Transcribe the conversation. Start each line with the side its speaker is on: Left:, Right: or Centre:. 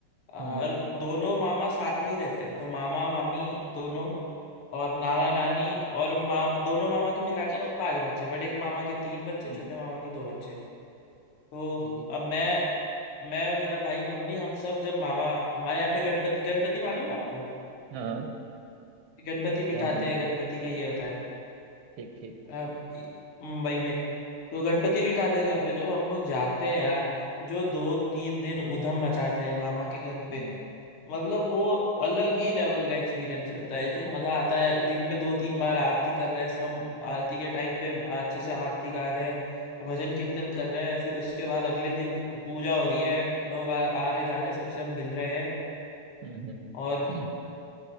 Right: हम्म,
Left: और दोनों मामा साथ में ही रहते हैं तो मामा मामी दोनों और नाना नानी और मा दोनों मामा के मिलाकर और पांच बच्चे बट एक मामा के तीन बच्चे छोटे
Right: हम्म,
Left: मामा के दो बच्चे तो
Right: ठीक
Left: अब मैं मैं और मेरा भाई मम्मी हम सब जब मामा हमारे यहाँ पे गणपति गणपति मालूम है आपको
Right: हाँ
Left: गणपति बिठाते
Right: जानता हूँ
Left: हैं गणपति का ये होता है
Right: ठीक ठीक
Left: अ, मुंबई में तो गणपति बिठाते हैं घर पे जब हम लोग जाते हैं यार जो दो तीन दिन उधम मचाते हैं मामा के घर पे
Right: हम्म,
Left: मतलब वो अलग ही लेवल का एक्सपीरियंस रहता है जो मजा आता है दिन में दो तीन बार आरती कर रहे हैं सब आरती के टाइम पे अच्छे से आरती गा रहे हैं भजन कीर्तन कर रहे हैं फिर उसके बाद अगले दिन पूजा हो रही है लोग आ, आ रहे जा रहे सबसे हम मिल रहे हैं
Right: हम्म,
Left: और
Right: हम्म।